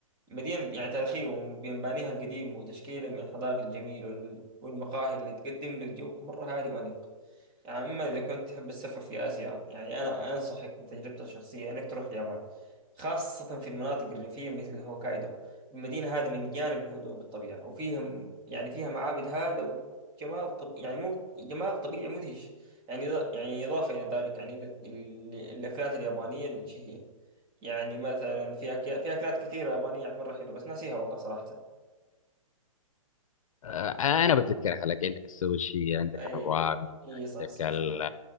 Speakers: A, on the right (about 25°); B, on the left (about 70°).
A: مدينة يعني تاريخية بمبانيها القديم وتشكيلها من الحدائق الجميلة والم- والمقاهي اللي تقدم لك جو مرة هادي وأنيق يعني أما إذا كنت تحب السفر في آسيا يعني أنا أنصحك من تجربتي الشخصية إنك تروح اليابان خاصة في المناطق الريفية مثل هوكايدو المدينة هذه مليانة بالهدوء بالطبيعة وفيها يعني فيها معابد هذا وجمال طب يعني مو جمال طبيعي مدهش يعني إذا- يعني إضافة إلى ذلك يعني ال- ال- الأكلات اليابانية الشهية يعني مثلا في أكيا... في أكلات كثيرة يابانية يعني مرة حلوة بس ناسيها والله صراحة
B: آه، انا بتذكرها لك عندك السوشي عندك
A: أي
B: الرامن
A: أي
B: عندك
A: صح السوشي
B: ال...